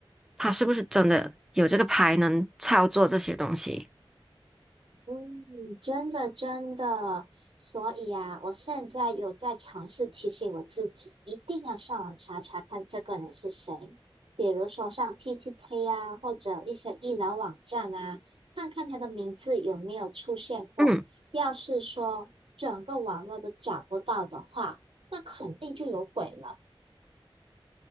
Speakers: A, in the centre; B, on the right.
A: 他是不是真的有这个牌能操作这些东西。
B: 嗯，真的真的，所以啊，我现在有在尝试提醒我自己，一定要上网查查看这个人是谁，比如说上 PTT 啊，或者一些医疗网站啊，看看他的名字有没有出现过。
A: 嗯。
B: 要是说整个网络都找不到的话，那肯定就有鬼了。